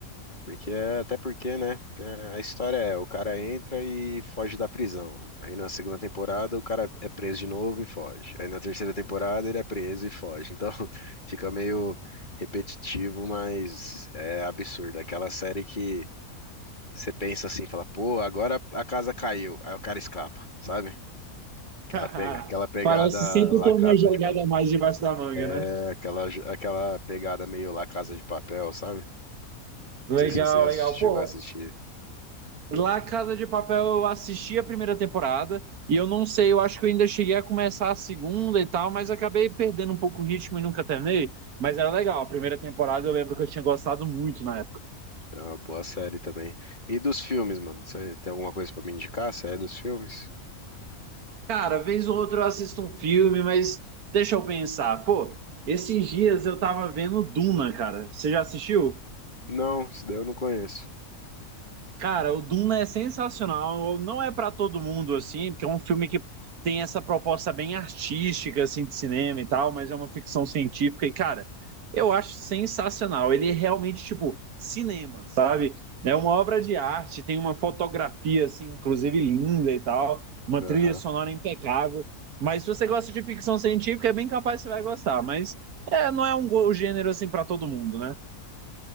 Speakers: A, on the left; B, on the right.
A: Porque, é- até porque, né? é, A história é, o cara entra e foge da prisão. Aí na segunda temporada o cara é preso de novo e foge. Aí na terceira temporada ele é preso e foge. Então <laughs> fica meio repetitivo, mas é absurdo. Aquela série que você pensa assim, fala, pô, agora a casa caiu. Aí o cara escapa, sabe? Aquela,
B: <laughs>
A: pe- aquela pegada
B: Parece sempre
A: lá
B: ter uma
A: Casa
B: jogada
A: de Papel,
B: a mais debaixo da manga, né?
A: é, aquela, ju- aquela pegada meio lá Casa de Papel, sabe?
B: Legal,
A: Não sei se você assi-
B: legal.
A: chegou
B: Pô,
A: a assistir.
B: lá Casa de Papel eu assisti a primeira temporada e eu não sei, eu acho que eu ainda cheguei a começar a segunda e tal, mas acabei perdendo um pouco o ritmo e nunca terminei. Mas era legal, a primeira temporada eu lembro que eu tinha gostado muito na
A: É uma boa série também. E dos filmes, mano? Você tem alguma coisa pra me indicar? Série dos filmes?
B: Cara, vez ou outra eu assisto um filme, mas deixa eu pensar. Pô, esses dias eu tava vendo Duna, cara. Você já assistiu?
A: Não, isso daí eu não conheço.
B: Cara, o Duna é sensacional. Não é pra todo mundo assim, porque é um filme que tem essa proposta bem artística assim de cinema e tal, mas é uma ficção científica e cara, eu acho sensacional. Ele é realmente tipo cinema, sabe? É uma obra de arte, tem uma fotografia assim, inclusive linda e tal, uma
A: Aham.
B: trilha sonora impecável. Mas se você gosta de ficção científica, é bem capaz que você vai gostar, mas é, não é um go- gênero assim pra todo mundo, né?